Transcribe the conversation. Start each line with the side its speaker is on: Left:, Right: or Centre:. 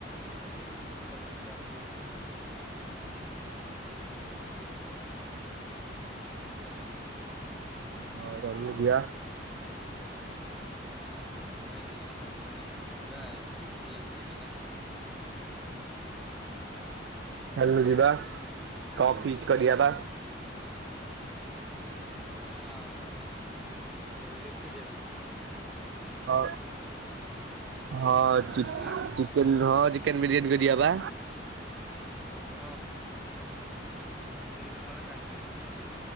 Centre: ଚାଲୁନ ଯିବା ଏଠିକି ପିକନିକ ଯିବା ଏଠିକି ର ଯିବା ବୁଲ ବଲିକି ଖାଇ ପିକି ଆସିବା ଆଉ।
Right: <unintelligible> ହଉ ରହୁଲୁ ଭିଆ
Centre: ତାହେଲେ ସିବୁ ନାଇଁ ତୋର ମୋର ସବୁ ଯିବା ବୁଲିିବାଲି ଖାଇପିକି ଆସିବା।
Right: ଚାଲୁନୁ ଯିବା କପ ଫିଷ୍ଟ କରିବା ବା।
Centre: ହଁ ଦିଆଆ ଆଉ କଣ ଚିକେନ ବିରିୟାନୀ କରିବା ଫିଷ୍ଟ।
Right: ହଁ ହଁ ଚ
Centre: ଆଁ
Right: ଚିକେନ ଝୋଳ ଆଜି। ଚିକେନ ବିରିୟାନୀ କରିବା ବା।
Centre: ହଁ ବିଧି କଥା ହେଲା କାଟିଦବି ହଲୋ।